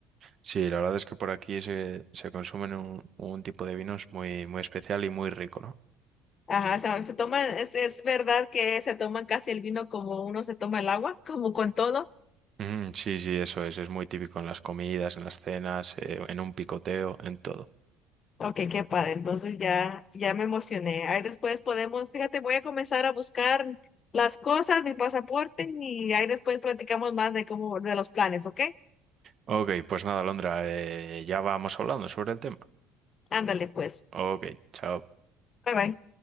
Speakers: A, on the right; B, on the left.
A: Sí, la verdad es que por aquí se, se consumen un, un tipo de vinos muy, muy especial y muy rico, ¿no?
B: Ajá, o sea, se toman, es, es verdad que se toman casi el vino como uno se toma el agua, como con todo.
A: Mm, sí, sí, eso es. Es muy típico en las comidas, en las cenas, eh, en un picoteo, en todo.
B: Ok, qué padre. Entonces ya, ya me emocioné. Ahí después podemos, fíjate, voy a comenzar a buscar las cosas, mi pasaporte, y ahí después platicamos más de cómo, de los planes, ¿ok?
A: Ok, pues nada, Londra, eh, ya vamos hablando sobre el tema.
B: Ándale, pues.
A: Ok, chao.
B: Bye bye.